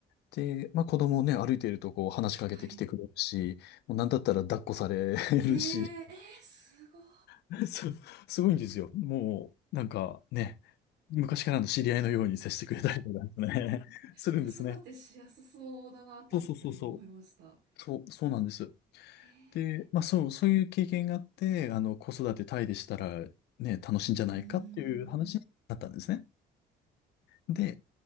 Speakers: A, on the left (about 80°); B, on the right (about 80°).
A: で、まあ子供ね、歩いているとこう話しかけてきてくれるし、
B: はい。
A: もうなんだったら抱っこされるし、
B: へえ、えー、すごい。
A: <laughs> す、すごいんですよ。もう、なんかね、昔からの知り合いのように接してくれたりとかね、<laughs> するんですね。
B: 子育てしやすそうだなってちょっと今思いました。
A: そうそうそうそう。そう、そうなんです。
B: へえ。
A: で、まあそう、そういう経験があって、あの、子育てタイでしたらね、楽しいんじゃないかっていう話になったんですね。
B: うーん。
A: で、